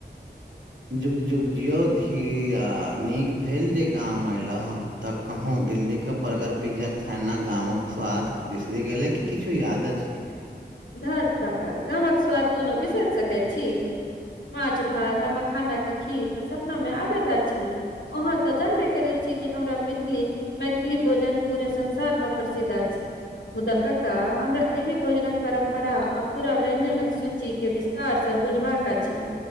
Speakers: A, on the right; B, on the left.
A: जुग जुग जियौ धिया नीक भेल जे गाम अयलहु हेँ तऽ कहूँ दिल्लीके बर्गर पिज्जा खाना गामक स्वाद बिसरि गेलै कि किछु याद अछि
B: धत काका गामक स्वाद कोनो बिसरि सकैत छी माछ भात आ मखाना के खीर तऽ सपना मे आबैत अछि अहाँ तऽ जानबे करै छी कि हमरा मैथिली मैथिली भोजन पूरे संसार मे प्रसिद्ध अछि मुदा काका हमरा एहि भोजनक परम्परा आ पूरा व्यंजनक सूची के विस्तार से बुझबाक अछि